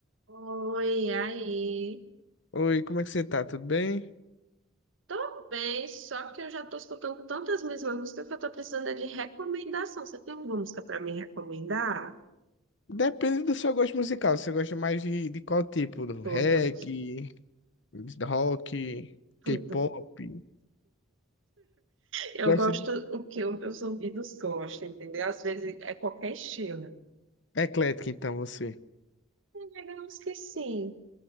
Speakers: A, on the right; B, on the left.
A: Oi, aí.
B: Oi, como é que você tá? Tudo bem?
A: Tô bem, só que eu já tô escutando tantas mesmas músicas que eu tô precisando é de recomendação. Você tem alguma música pra me recomendar?
B: Depende do seu gosto musical. Você gosta mais de, de qual tipo? Do
A: Toda.
B: Reggae, rock,
A: Tudo,
B: K-pop?
A: tudo. Eu
B: Gosta
A: gosto
B: de...
A: o que os meus ouvidos gostam, entendeu? Às vezes é qualquer estilo.
B: É eclético, então, você.
A: Digamos que sim,